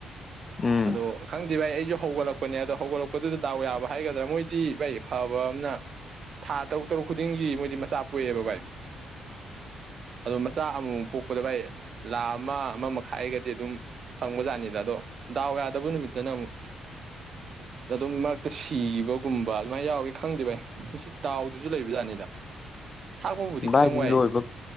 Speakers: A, on the left; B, on the right.
A: ꯎꯝ
B: ꯑꯗꯣ ꯈꯪꯗꯦ ꯚꯥꯏ ꯑꯩꯁꯨ ꯍꯧꯒꯠꯂꯛꯄꯅꯦ ꯑꯗꯣ ꯍꯧꯒꯠꯂꯛꯄꯗꯨꯗ ꯗꯥꯎ ꯌꯥꯕ ꯍꯥꯏꯒꯗ꯭ꯔꯥ ꯃꯣꯏꯗꯤ ꯚꯥꯏ ꯐꯕ ꯑꯃꯅ ꯊꯥ ꯇꯔꯨꯛ ꯇꯔꯨꯛ ꯈꯨꯗꯤꯡꯒꯤ ꯃꯣꯏꯗꯤ ꯃꯆꯥ ꯄꯣꯛꯑꯦꯕ ꯚꯥꯏ ꯑꯗꯣ ꯃꯆꯥ ꯑꯃꯨꯛ ꯄꯣꯛꯄꯗ ꯚꯥꯏ ꯂꯥꯈ ꯑꯃ ꯑꯃ ꯃꯈꯥꯏꯒꯗꯤ ꯑꯗꯨꯝ ꯐꯪꯕ ꯖꯥꯠꯅꯤꯗ ꯑꯗꯣ ꯗꯥꯎ ꯌꯥꯗꯕ ꯅꯨꯃꯤꯠꯇꯅ ꯑꯃꯨꯛ ꯑꯗꯨꯝ ꯃꯔꯛꯇ ꯁꯤꯈꯤꯕꯒꯨꯝꯕ ꯑꯗꯨꯃꯥꯏꯅ ꯌꯥꯎꯒꯦ ꯈꯪꯗꯦꯕꯚ ꯑꯩ ꯃꯁꯤ ꯗꯥꯎꯗꯨꯁꯨ ꯂꯩꯕꯖꯥꯠꯅꯤꯗ ꯊꯥꯛꯄꯕꯨꯗꯤ
A: ꯚꯥꯏꯗꯤ
B: ꯈꯤꯇꯪ ꯋꯥꯏ
A: ꯂꯣꯏꯕ